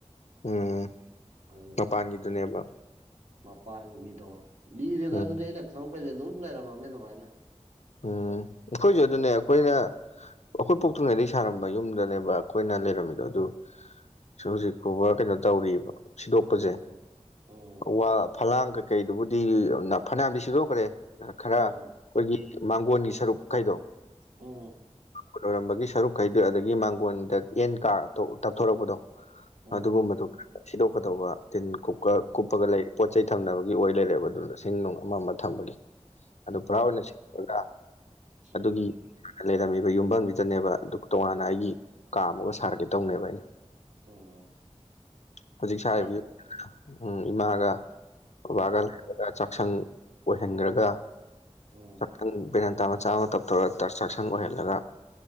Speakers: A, on the left; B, on the right.
A: ꯎꯝ
B: ꯑꯗꯨꯗꯨꯅ
A: ꯃꯄꯥꯟꯒꯤꯗꯨꯅꯦꯕ
B: ꯃꯄꯥꯟꯒꯤꯗꯣ ꯂꯤꯔꯦꯗ
A: ꯎꯝ
B: ꯑꯗꯨꯗꯤ ꯑꯩꯅ ꯈꯪꯉꯛꯄꯗꯩ ꯑꯗꯨꯝ ꯂꯩꯔꯝꯃꯝꯅꯦ ꯑꯗꯨꯃꯥꯏꯅ
A: ꯎꯝ ꯑꯩꯈꯣꯏꯖꯨ ꯑꯗꯨꯅꯦ ꯑꯈꯣꯏꯅ ꯑꯈꯣꯏ ꯄꯣꯛꯇ꯭ꯔꯤꯉꯩꯗꯩ ꯁꯥꯔꯝꯕ ꯌꯨꯝꯗꯅꯦꯕ ꯑꯈꯣꯏꯅ ꯂꯩꯔꯝꯃꯤꯗꯣ ꯑꯗꯨ ꯁꯤ ꯍꯨꯖꯤꯛ ꯐꯥꯎꯕ ꯀꯩꯅꯣ ꯇꯧꯔꯤꯕ ꯁꯤꯗꯣꯛꯄꯖꯦ
B: ꯎꯝ ꯎꯝ
A: ꯋꯥ ꯐꯂꯥꯡ ꯀꯩꯀꯩꯗꯨꯕꯨꯗꯤ ꯅꯥ ꯐꯅ꯭ꯌꯥꯝꯗꯤ ꯁꯤꯗꯣꯛꯈ꯭ꯔꯦ ꯅꯥ ꯈꯔ
B: ꯎꯝ
A: ꯈꯣꯏꯒꯤ ꯃꯥꯡꯒꯣꯟꯒꯤ ꯁꯔꯨꯛꯈꯩꯗꯣ
B: ꯎꯝ
A: ꯒꯣꯟ ꯑꯣꯏꯔꯝꯕꯒꯤ ꯁꯔꯨꯛꯈꯩꯗꯣ ꯑꯗꯒꯤ ꯃꯥꯡꯒꯣꯟꯗ ꯑꯦꯟ ꯀꯥꯔ ꯇꯣ ꯇꯞꯊꯣꯔꯛꯄꯗꯣ
B: ꯎꯝ
A: ꯑꯗꯨꯒꯨꯝꯕꯗꯣ ꯁꯤꯗꯣꯛꯀꯗꯧꯕ ꯇꯤꯟ ꯀꯨꯞꯀ
B: ꯎꯝ
A: ꯀꯨꯞꯄꯒ ꯂꯩ ꯄꯣꯠ ꯆꯩ ꯊꯝꯅꯕꯒꯤ ꯑꯣꯏ ꯂꯩꯔꯦꯕ ꯑꯗꯨꯗ ꯁꯤꯡ ꯅꯨꯡ ꯑꯃ ꯃ ꯊꯝꯕꯒꯤ ꯑꯗꯨ ꯄꯨꯔꯥ ꯑꯣꯏꯅ <unintelligible>
B: ꯎꯝ
A: ꯑꯗꯨꯒꯤ ꯂꯩꯔꯝꯃꯤꯕ ꯌꯨꯝꯕꯝꯖꯤꯗꯅꯦꯕ ꯑꯗꯨ ꯇꯣꯉꯥꯟꯅ ꯑꯩꯒꯤ ꯀꯥ ꯑꯃꯒ ꯁꯥꯔꯛꯀꯦ ꯇꯧꯅꯦꯕ ꯑꯩꯅ
B: ꯎꯝ
A: ꯍꯨꯖꯤꯛ ꯁꯥꯔꯤꯕ
B: ꯌꯥꯏ ꯑꯗꯣ
A: ꯌꯨꯝ <unintelligible> ꯎꯝ ꯏꯃꯥꯒ ꯑꯈꯣꯕꯥꯒ
B: ꯎꯝ
A: <unintelligible> ꯆꯥꯛ ꯁꯪ ꯑꯣꯏꯍꯟꯗ꯭ꯔꯒ
B: ꯎꯝ
A: <unintelligible> ꯕꯦꯔꯥꯟꯇꯥ ꯃꯆꯥ ꯑꯃ ꯇꯞꯊꯣꯔꯛꯇ꯭ꯔ ꯆꯥꯛꯁꯪ ꯑꯣꯏꯍꯜꯂꯒ